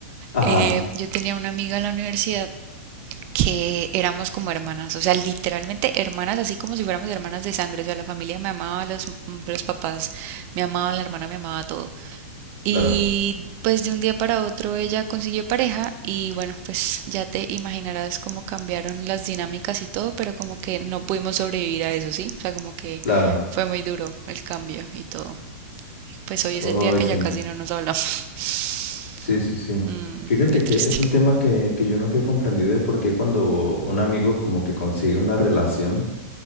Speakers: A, on the left (about 70°); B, on the right (about 25°).
A: Ajá,
B: Eh, yo tenía una amiga en la universidad que éramos como hermanas, o sea, literalmente hermanas, así como si fuéramos hermanas de sangre, o sea, la familia me amaba, los, los papás me amaban, la hermana me amaba, todos. Y
A: claro,
B: pues de un día para otro ella consiguió pareja y bueno, pues ya te imaginarás cómo cambiaron las dinámicas y todo, pero como que no pudimos sobrevivir a eso, ¿sí? O sea, como que
A: claro.
B: fue muy duro el cambio y todo. Pues hoy es
A: Oh,
B: el día que
A: sí,
B: ya casi no nos hablamos. <laughs>
A: sí, sí, sí.
B: Mm,
A: Fíjate
B: muy
A: que
B: triste.
A: es un tema que, que yo nunca he comprendido de por qué cuando un amigo como que consigue una relación,